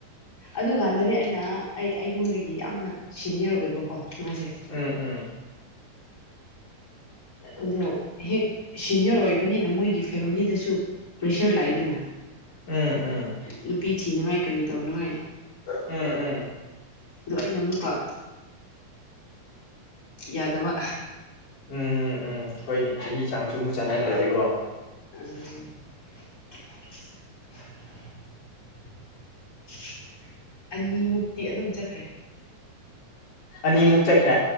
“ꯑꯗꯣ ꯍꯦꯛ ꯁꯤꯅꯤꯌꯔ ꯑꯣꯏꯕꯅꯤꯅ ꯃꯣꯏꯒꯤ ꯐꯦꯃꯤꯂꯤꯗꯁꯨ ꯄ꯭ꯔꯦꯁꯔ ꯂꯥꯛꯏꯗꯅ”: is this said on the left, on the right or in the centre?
Left